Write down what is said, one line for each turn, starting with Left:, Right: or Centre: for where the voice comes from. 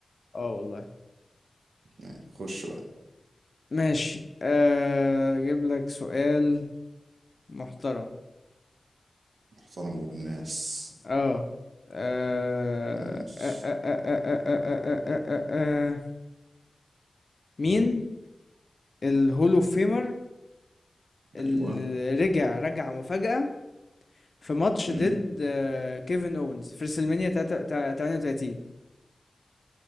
Left: اه والله
Right: ماشي خش بقى
Left: ماشي آه، اجيب لك سؤال محترم
Right: محترم وبالناس
Left: اه آه،
Right: ماشي
Left: آه، آه، آه، آه، آه، آه، آه، آه، آه. آه، آه، آه، مين الهولو فيمر اللي
Right: ايوه
Left: رجع رجع مفاجأة في ماتش
Right: امم
Left: ضد آه، كيفن اونز في ريسلمانيا 38